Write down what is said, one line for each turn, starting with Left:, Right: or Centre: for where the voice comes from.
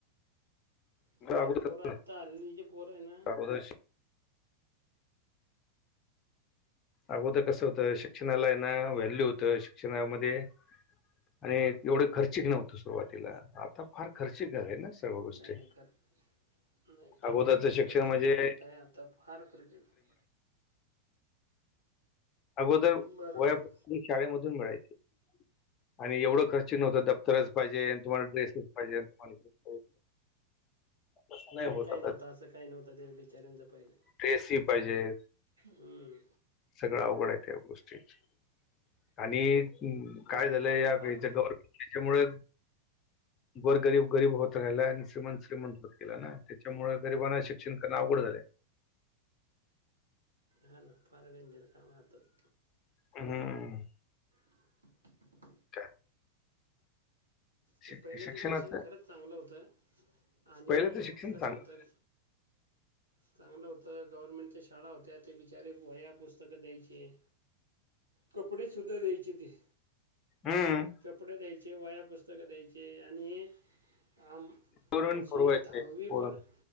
Right: नाहीतर
Left: अगोदर
Right: पोरं आता हल्लीची पोर आहे ना.
Left: अगोदर अगोदर कसं होतं शिक्षणाला आहे ना व्हॅल्यू होतं शिक्षणामध्ये, आणि एवढं खर्चिक नव्हतं सुरुवातीला आता फार खर्चिक झालंय. सर्व गोष्टी
Right: नाही नाही खरं नाही पहिले
Left: अगोदरच
Right: खरंच
Left: शिक्षण
Right: खर्चिक
Left: म्हणजे
Right: नव्हतं
Left: <unintelligible>
Right: काय आता फार खर्चिक
Left: अगोदर
Right: बरोबर
Left: वही शाळेमधून मिळायचे आणि एवढं खर्च नव्हतं दप्तरच पाहिजे तुम्हाला टेस्टच पाहिजे <inaudible> तसं
Right: नाही
Left: होत
Right: काय
Left: आता
Right: नव्हतं असं काय नव्हतं त्या बिचाऱ्यांच पहिले,
Left: टेसी पाहिजेत.
Right: हम्म.
Left: सगळं अवघड आहे त्या गोष्टीची आणि हम्
Right: नाही
Left: काय
Right: आत्ताचे
Left: झालंय या यांच्या
Right: फार
Left: गव्हर्मेंट याच्यामुळेच गोरगरीब गरीब होत राहिला आणि श्रीमंत श्रीमंत होत गेला ना त्याच्यामुळे गरिबांना शिक्षण करता अवघड झालय.
Right: हा ना फार डेंजर काम आताच.
Left: हम्म
Right: <inaudible>
Left: <inaudible>
Right: ते
Left: शिक-
Right: पहिल्याचं
Left: शिक्षणाचं
Right: शिक्षण खरंच चांगलं होत हा आणि
Left: पहिल्याचं शिक्षण
Right: कसं
Left: चांगलं
Right: होतं. चांगलं होतं गव्हर्नमेंटच्या शाळा होत्या, ते बिचारे वया पुस्तकं द्यायचे. कपडे सुद्धा द्यायचे ते.
Left: हम्म
Right: कपडे द्यायचे वया पुस्तकं द्यायचे आणि आ म्हजी
Left: गव्हर्नमेंट पुरवायचे
Right: दहावी
Left: पोरण
Right: पर्यंत,